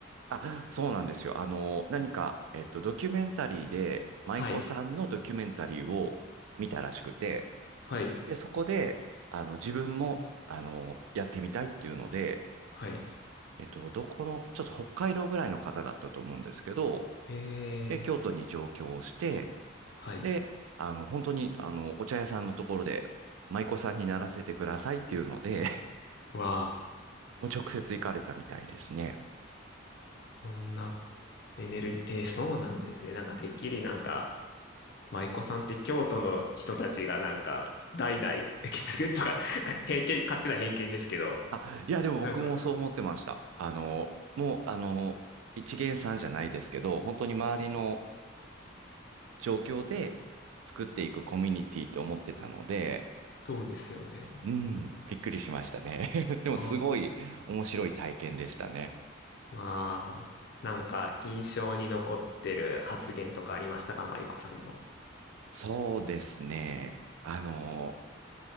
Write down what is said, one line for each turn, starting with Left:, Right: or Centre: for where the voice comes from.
Right: あ、そうなんですよ。あの、何か、えっと、ドキュメンタリーで、舞妓さんのドキュメンタリーを見たらしくて、
Left: はい。はい。
Right: で、そこで、あの、自分も、あの、やってみたいっていうので、
Left: はい。
Right: えっと、どこの、ちょっと北海道ぐらいの方だったと思うんですけど、
Left: えー。
Right: で、京都に上京をして、
Left: はい。
Right: で、あの、本当に、あの、お茶屋さんのところで、舞妓さんにならせてくださいっていうので、<laughs>
Left: わあ、
Right: もう直接行かれたみたいですね。
Left: こんなエネルギー、えー、そうなんですね。なんかてっきりなんか、舞妓さんって京都の人たちがなんか、代々受け継ぐとか、<laughs> 偏見、勝手な偏見ですけど、
Right: あ、いや、でも僕もそう思ってました。
Left: なんか、
Right: あの、もう、あの、一見さんじゃないですけど、本当に周りの
Left: はい
Right: 状況で作っていくコミュニティって思ってたので、
Left: そうですよね。
Right: うん、
Left: うん。
Right: びっくりしましたね。<laughs> でも、
Left: ああ。
Right: すごい面白い体験でしたね。
Left: まあ、なんか印象に残ってる発言とかありましたか、舞子さんの。
Right: そうですね。あの